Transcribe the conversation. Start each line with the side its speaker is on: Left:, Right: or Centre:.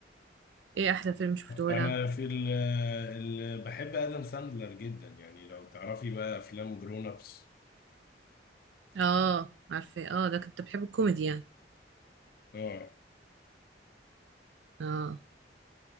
Right: إيه أحلى فيلم شفته
Left: أنا
Right: لها
Left: في ال ال- بحب آدم ساندلر جدا يعني لو تعرفي بقى أفلام جرون أبس
Right: اه عارفة اه ده كنت بحب الكوميدي يعني
Left: اه
Right: اه